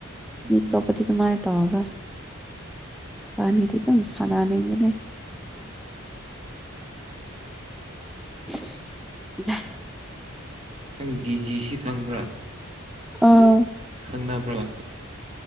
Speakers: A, on the right; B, in the centre.
A: ꯎꯝ
B: ꯃꯤ ꯑꯇꯣꯞꯄꯗꯤ ꯑꯗꯨꯃꯥꯏ ꯇꯧꯔꯣꯏ ꯏꯕꯅꯤꯗꯤ ꯑꯗꯨꯝ ꯁꯟꯅꯅꯤꯡꯕꯅꯦ <unintelligible>
A: ꯅꯪ ꯗꯤꯖꯤꯁꯤ ꯈꯪꯕ꯭ꯔꯥ
B: ꯑꯥ
A: ꯈꯪꯅꯕ꯭ꯔꯣ